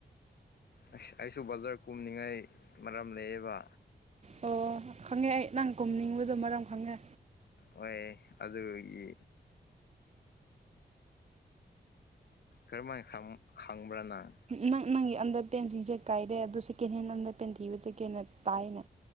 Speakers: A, on the left; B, on the right.
A: ꯑꯁ ꯑꯩꯁꯨ ꯕꯖꯥꯔ ꯀꯨꯝꯅꯤꯡꯉꯥꯏ ꯃꯔꯝ ꯂꯩꯌꯦꯕ
B: ꯑꯣ ꯈꯪꯉꯦ ꯑꯩ ꯅꯍꯥꯟ ꯀꯨꯝꯅꯤꯡꯕꯗꯣ ꯃꯔꯝ ꯈꯪꯉꯦ
A: ꯍꯣꯏ ꯑꯗꯨꯒꯤ ꯀꯔꯃꯥꯏ ꯈꯪ ꯈꯪꯕ꯭ꯔ ꯅꯪ
B: ꯅꯪ ꯅꯪꯒꯤ ꯑꯟꯗꯔ ꯄꯦꯟꯁꯤꯡꯁꯦ ꯀꯥꯏꯔꯦ ꯑꯗꯨꯗꯣ ꯁꯦꯀꯦꯟ ꯍꯦꯟꯗ ꯑꯟꯗꯔ ꯄꯦꯟ ꯊꯤꯕ ꯆꯠꯀꯦꯅ ꯇꯥꯏꯅꯦ